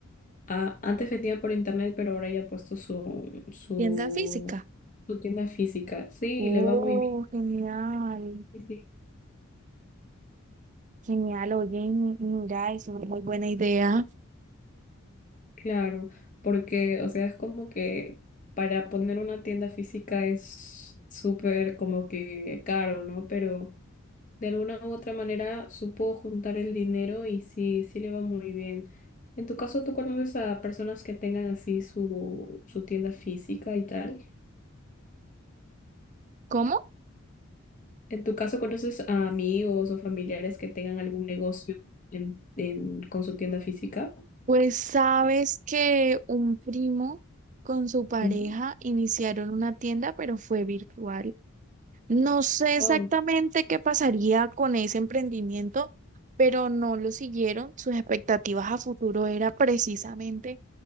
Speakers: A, on the left; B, on the right.
A: a- antes vendía por internet, pero ahora ya ha puesto su, su,
B: Tienda física.
A: su tienda física. Sí,
B: Oh,
A: y le va muy bien,
B: genial.
A: sí, sí,
B: Genial, oye, mi- mira, es una muy buena idea.
A: claro, porque, o sea, es como que para poner una tienda física es súper como que caro, ¿no? Pero... de alguna u otra manera supo juntar el dinero y sí, sí le va muy bien. En tu caso, ¿tú conoces a personas que tengan así su, su tienda física y tal?
B: ¿Cómo?
A: ¿En tu caso conoces a amigos o familiares que tengan algún negocio en, en- con su tienda física?
B: Pues sabes que un primo con su pareja
A: Ujú.
B: iniciaron una tienda, pero fue virtual. No sé exactamente
A: Oh,
B: qué pasaría con ese emprendimiento, pero no lo siguieron. Sus expectativas a futuro era precisamente